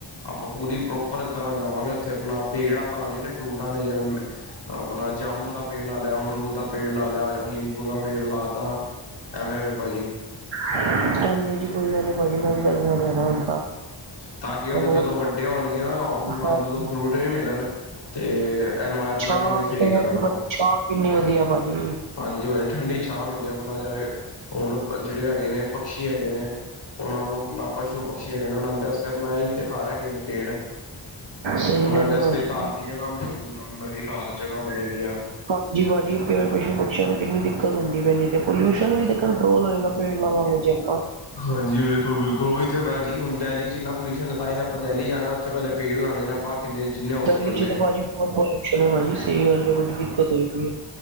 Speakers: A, on the left; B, on the right.
A: ਆਪਾਂ ਪੂਰੀ ਪ੍ਰੋਪਰ ਤਰ੍ਹਾਂ ਜਾਵਾਂਗੇ ਓਥੇ ਆਪਨਾ ਪੇੜ ਆਪਾਂ ਲਾਨੇ ਨੇ ਫਰੂਟਾਂ ਦੇ ਜਿਵੇਂ ਆਪਣਾ ਜਾਮੁਨ ਦਾ ਪੇੜ ਲਾ ਲਿਆ, ਅਮਰੂਦ ਦਾ ਪੇੜ ਲਾ ਲਿਆ, ਨਿੰਬੂ ਦਾ ਰੇਟ ਲਾ ਤਾ ਐਵੇਂ ਵ ਭਾਜੀ
B: ਹਾਂਜੀ ਹਾਂਜੀ ਕੋਈ ਗੱਲ ਨਹੀਂ ਭਾਅਜੀ ਮੈਂ ਵੀ ਗ ਨਾਲ ਜਾਣਾ ਹੁਣ ਤਾਂ
A: ਤਾਂ ਕਿ ਉਹ
B: ਮੈਨੂੰ
A: ਜਦੋਂ
B: ਮਤਲਬ
A: ਵੱਡੇ
B: ਬਹੁਤ
A: ਹੋਣਗੇ ਨਾ, ਉਹ ਆਪਣਾ ਲਾਂਦੇ
B: ਹਾਂਜੀ,
A: ਉਦੋਂ ਫਰੂਟ ਵੀ ਮਿਲਣ ਤੇ ਇਨਵਾਇਰਮੈਂਟ
B: ਛਾਂ
A: ਨੂੰ ਵੀ ਫਰੀ
B: ਪੇੜ
A: ਕਰਨ
B: ਦੀ
A: ਉਹ
B: ਭਾਜੀ ਛਾਂ ਕਿੰਨੀ ਵਧੀਆ ਭਾਜੀ
A: ਹਾਂਜੀ ਭਾਜੀ ਠੰਡੀ ਛਾਂ ਮਿਲੇ, ਆਪ ਜਵੇਂ ਹੁਣ ਜਿਹੜੇ ਹੈਗੇ ਨੇ ਪਕਛੀ ਹੈਗੇ ਨੇ। ਉਹਨਾਂ ਨੂੰ ਆਪਣਾ ਪਸ਼ੂ ਪਕਛੀ ਹੈਗੇ ਨੇ, ਉਹ ਵਾਸਤੇ ਆਪਣਾ ਹੀ ਤੇ ਘਰ ਹੈਗੇ ਨੇ ਪੇੜ।
B: ਸਹੀ
A: ਉਹਨਾਂ
B: ਗੱਲ
A: ਦੇ ਵਾਸਤੇ
B: ਏ ਭਾਜੀ।
A: ਘਰ ਦੀ ਜਗ੍ਹਾ ਮਿਲੇਗੀ ਨੂੰ ਨਵੀਂ ਘਰ ਜਗ੍ਹਾ ਮਿਲੇਗੀਆਂ।
B: ਹਾਂਜੀ ਭਾਜੀ ਪਸ਼ੂ ਪਕਛੀਆਂ ਨੂੰ ਕਿੰਨੀ ਦਿੱਕਤ ਹੁੰਦੀ ਪੈਣੀ ਤੇ ਪੋਲਿਊਸ਼ਨ ਵੀ ਤੇ ਕੰਟਰੋਲ ਹੋਏਗਾ ਪੇੜ ਲਾਵਾਗੇ ਜੇ ਆਪਾਂ।
A: ਹਾਂਜੀ ਬਿਲਕੁਲ, ਬਿਲਕੁਲ ਉਹ ਵੀ ਤਾਂ ਭਾਅ ਜੀ ਹੁਣ ਦਿੱਲੀ ਚ ਇਨਾ ਪੋਲਿਊਸ਼ਨ ਹੈ ਤਾਂ ਹੀ ਤਾਂ ਆਪਾਂ ਦਿੱਲੀ ਜਾਣਾ ਉੱਥੇ ਪਹਿਲੇ ਪੇੜ ਲਉਂਦੇ ਨੇ। ਆਪਾਂ ਕਿੰਨੇ ਜਿੰਨੇ ਹੋ ਸਕੇ
B: ਦਿੱਲੀ
A: ਉਨੇ
B: ਚ ਤਾਂ ਭਾਜੀ ਬਹੁਤ ਪਲਿਊਸ਼ਨ ਹੈ, ਸਹੀ ਗੱਲ ਬੜੀ ਦਿੱਕਤ ਹੋਈ ਹੈ।